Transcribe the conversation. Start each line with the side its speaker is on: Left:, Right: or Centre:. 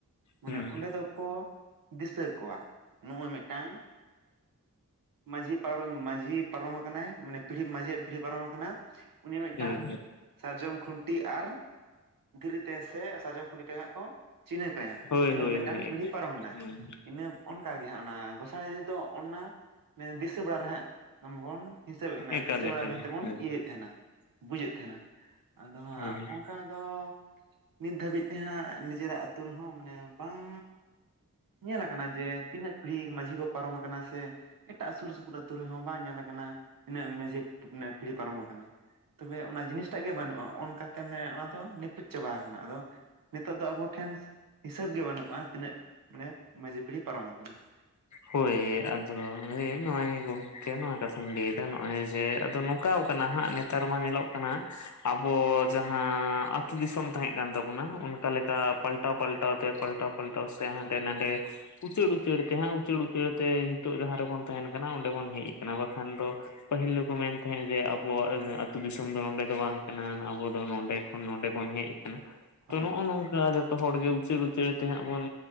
Right: ᱢᱟᱱᱮ
Left: ᱦᱩᱸ
Right: ᱚᱸᱰᱮ ᱫᱚ ᱠᱚ ᱫᱤᱥᱟᱹ ᱠᱚᱣᱟ ᱱᱚᱜᱼᱚᱭ ᱢᱤᱫᱴᱟᱝ ᱢᱟᱺᱡᱷᱤ ᱯᱟᱨᱚᱢ ᱢᱟᱺᱡᱷᱤ ᱯᱟᱨᱚᱢ ᱟᱠᱟᱱᱟᱭ ᱢᱟᱱᱮ ᱯᱤᱲᱦᱤ ᱢᱟᱡᱷᱤᱭᱟᱜ ᱯᱤᱲᱦᱤ ᱯᱟᱨᱚᱢ ᱟᱠᱟᱱᱟ ᱩᱱᱤ ᱢᱤᱫᱴᱟᱝ
Left: ᱦᱳᱭ
Right: ᱥᱟᱨᱡᱚᱢ ᱠᱷᱩᱱᱴᱤ ᱟᱨ ᱫᱷᱤᱨᱤ ᱛᱮ ᱥᱮ ᱥᱟᱨᱡᱚᱢ ᱠᱷᱛᱮ ᱦᱟᱸᱜ ᱠᱚ ᱪᱤᱱᱦᱟᱹ ᱠᱟᱭᱟ
Left: ᱦᱳᱭ
Right: ᱱᱩᱭ
Left: ᱦᱳᱭ
Right: ᱢᱤᱫᱴᱟᱝ
Left: ᱦᱳᱭ ᱦᱳᱭ ᱮᱠᱟᱞ
Right: ᱯᱤᱲᱦᱤ ᱯᱟᱨᱚᱢ ᱱᱟᱭ
Left: ᱦᱩᱸ
Right: ᱤᱱᱟᱹ ᱚᱱᱠᱟᱜ ᱜᱮ ᱦᱟᱸᱜ ᱚᱱᱟ ᱜᱚᱸᱥᱟᱬᱮ ᱫᱚ ᱚᱱᱟ ᱫᱤᱥᱟᱹ ᱵᱟᱲᱟ ᱨᱮ ᱦᱟᱸᱜ ᱵᱚᱱ ᱦᱤᱥᱟᱹᱵᱮᱫ
Left: ᱮᱠᱟᱞ
Right: ᱫᱤᱥᱟᱹ ᱵᱟᱲᱟ
Left: ᱮᱠᱟᱞ
Right: ᱢᱮᱱᱛᱮᱵᱚᱱ
Left: ᱦᱳᱭ
Right: ᱤᱭᱟᱹᱭᱮᱫ ᱛᱟᱦᱮᱱᱟ ᱵᱩᱡᱮᱫ ᱛᱟᱦᱮᱱᱟ ᱾ ᱟᱫᱚ ᱦᱟᱸᱜ
Left: ᱦᱳᱭ
Right: ᱚᱱᱠᱟ ᱫᱚ ᱱᱤᱛ ᱫᱷᱟᱹᱵᱤᱡ ᱛᱮ ᱦᱟᱸᱜ ᱱᱤᱡᱮᱨᱟᱜ, ᱟᱹᱛᱩ ᱨᱮᱦᱚᱸ ᱢᱟᱱᱮ ᱵᱟᱝ, ᱧᱮᱞᱟ ᱟᱠᱟᱱᱟ, ᱡᱮ ᱛᱤᱱᱟᱹᱜ ᱯᱤᱲᱦᱤ ᱢᱟᱺᱡᱷᱤ ᱠᱚ ᱯᱟᱨᱚᱢ ᱟᱠᱟᱱᱟ ᱥᱮ ᱮᱴᱟᱜ ᱥᱩᱨ ᱥᱩᱯᱩᱨ ᱟ ᱟᱹᱛᱩ ᱨᱮᱦᱚᱸ ᱵᱟᱝ ᱧᱮᱞ ᱟᱠᱟᱱᱟ ᱩᱱᱟᱹᱜ ᱢᱟᱡᱷᱮ ᱯᱤᱲᱦᱤ ᱯᱟᱨᱚᱢ ᱟᱠᱟᱱᱟ ᱾ ᱛᱚᱵᱮ ᱚᱱᱟ ᱡᱤᱱᱤᱥᱴᱟᱜ ᱜᱮ ᱵᱟᱹᱱᱩᱜᱼᱟ ᱚᱱᱠᱟᱛᱮ ᱚᱱᱟ ᱫᱚ ᱱᱤᱯᱩᱫ ᱪᱟᱵᱟ ᱟᱠᱟᱱᱟ ᱟᱫᱚ, ᱱᱤᱛᱚᱜ ᱫᱚ ᱟᱵᱚ ᱴᱷᱮᱱ ᱦᱤᱥᱟᱹᱵ ᱜᱮ ᱵᱟᱹᱱᱩᱜᱼᱟ, ᱛᱤᱱᱟᱹᱜ ᱢᱟᱱᱮ ᱢᱟᱺᱡᱷᱤ ᱯᱤᱲᱦᱤ ᱯᱟᱨᱚᱢ ᱟᱠᱟᱱᱟ ᱾
Left: ᱦᱳᱭ ᱟᱨ <inaudible> ᱦᱮᱸ ᱚᱜᱚᱭ ᱜᱚᱝᱠᱮ ᱱᱚᱣᱟ ᱠᱟᱛᱷᱟᱧ ᱞᱟᱹᱭᱮᱫᱟ, ᱱᱚᱜᱼᱚᱭ ᱡᱮ ᱟᱫᱚ ᱱᱚᱝᱠᱟᱣ ᱠᱟᱱᱟ ᱦᱟᱸᱜ ᱱᱮᱛᱟᱨ ᱢᱟ ᱧᱮᱞᱚᱜ ᱼᱼ ᱠᱟᱱᱟ। ᱟᱵᱚ ᱡᱟᱦᱟᱸ ᱟᱹᱛᱩ ᱫᱤᱥᱚᱢ ᱛᱟᱦᱮᱸᱜ ᱠᱟᱱ ᱛᱟᱵᱚᱱᱟ, ᱚᱱᱟ ᱠᱟ ᱞᱮᱠᱟ ᱯᱟᱞᱴᱟᱣ ᱯᱟᱞᱴᱟᱣ ᱛᱮ, ᱯᱟᱞᱴᱟᱣ ᱯᱟᱞᱴᱟᱣ ᱥᱮ ᱦᱟᱸᱰᱮ ᱱᱟᱰᱮ ᱩᱪᱟᱹᱲ ᱩᱪᱟᱹᱲ ᱛᱮ ᱦᱟᱸᱜ ᱩᱪᱟᱹᱲ ᱩᱪᱟᱹᱲ ᱛᱮ, ᱱᱤᱛᱚᱜ ᱡᱟᱦᱟᱸ ᱨᱮᱵᱚᱱ ᱛᱟᱦᱮᱱ ᱠᱟᱱᱟ ᱚᱸᱰᱮ ᱵᱚᱱ ᱦᱮᱡ ᱟᱠᱟᱱᱟ। ᱵᱟᱠᱷᱟᱱ ᱫᱚ ᱯᱟᱹᱦᱤᱞ ᱫᱚᱠᱚ ᱢᱮᱱ ᱛᱟᱦᱮᱸᱫ ᱡᱮ ᱟᱵᱚᱣᱟᱜ ᱟᱹᱛᱩ ᱫᱤᱥᱚᱢ ᱫᱚ ᱱᱚᱰᱮ ᱫᱚ ᱵᱟᱝ ᱠᱟᱱᱟ। ᱟᱵᱚ ᱫᱚ ᱱᱚᱰᱮ ᱠᱷᱚᱱ ᱱᱚᱰᱮ ᱵᱚᱱ ᱦᱮᱡ ᱟᱠᱟᱱᱟ ᱾
Right: ᱦᱳᱭ
Left: ᱛᱚ ᱱᱚᱜᱼᱚᱭ ᱱᱚᱝᱠᱟ ᱡᱷᱚᱛᱚ ᱦᱚᱲ ᱜᱮ ᱩᱪᱟᱹᱲ ᱩᱪᱟᱹᱲ ᱛᱮᱦᱟᱸᱜ ᱵᱚᱱ